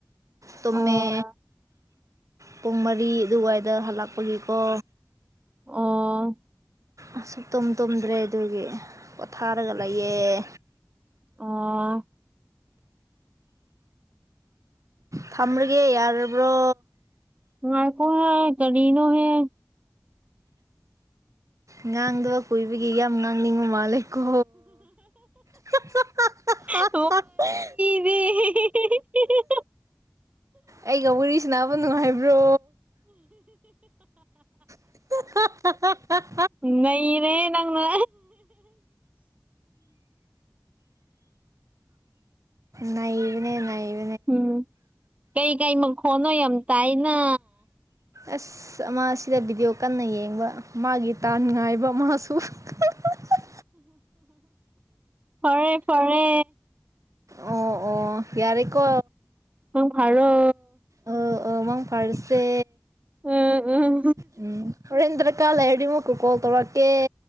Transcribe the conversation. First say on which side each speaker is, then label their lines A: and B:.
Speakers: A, on the right; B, on the right.
A: ꯇꯨꯝꯃꯦ
B: ꯑꯣ
A: ꯄꯨꯡ ꯃꯔꯤ ꯑꯗꯨꯋꯥꯏꯗ ꯍꯜꯂꯛꯄꯒꯤꯀꯣ
B: ꯑꯣ
A: ꯑ ꯁꯨꯛ ꯇꯨꯝ ꯇꯨꯝꯗ꯭ꯔꯦ ꯑꯗꯨꯒꯤ ꯄꯣꯊꯥꯔꯒ ꯂꯩꯑꯦ
B: ꯑꯣ
A: ꯊꯝꯃꯔꯒꯦ ꯌꯥꯕ꯭ꯔꯣ
B: ꯉꯥꯏꯈꯤ ꯀꯔꯤꯅꯣ ꯍꯦ
A: ꯉꯥꯡꯗꯕ ꯀꯨꯏꯕꯒꯤ ꯌꯥꯝ ꯉꯥꯡꯅꯤꯡꯕ ꯃꯥꯜꯂꯦꯀꯣ <unintelligible>
B: ꯋꯥꯔꯤꯗꯤ
A: <unintelligible>
B: <unintelligible>
A: ꯑꯩꯒ ꯋꯥꯔꯤꯁꯤꯅꯕ ꯅꯨꯡꯉꯥꯏꯕ꯭ꯔꯣ <unintelligible>
B: ꯅꯩꯔꯦꯍꯦ ꯅꯪꯅ
A: ꯅꯩꯕꯅꯦ ꯅꯩꯕꯅꯦ
B: ꯎꯝ ꯀꯩꯀꯩ ꯃꯈꯣꯟꯅꯣ ꯌꯥꯝ ꯇꯥꯏꯅ
A: ꯑꯁ ꯑꯃ ꯁꯤꯗ ꯚꯤꯗꯤꯑꯣ ꯀꯟꯅ ꯌꯦꯡꯕ ꯃꯥꯒꯤ ꯇꯥꯟ ꯅꯨꯡꯉꯥꯏꯕ ꯃꯥꯁꯨ <unintelligible>
B: ꯐꯥꯔꯦ ꯐꯥꯔꯦ
A: ꯑꯣ ꯑꯣ ꯌꯥꯔꯦꯀꯣ
B: ꯅꯪ ꯐꯔꯣ
A: ꯑꯥ ꯑꯥ ꯃꯪ ꯐꯥꯔꯁꯦ
B: ꯎꯝ ꯎꯝ
A: ꯎꯝ ꯍꯣꯔꯦꯟꯗ꯭ꯔ ꯨ ꯀꯥ ꯂꯩꯔꯗꯤ ꯃꯨ ꯀꯣꯜ ꯇꯧꯔꯛ ꯀꯦ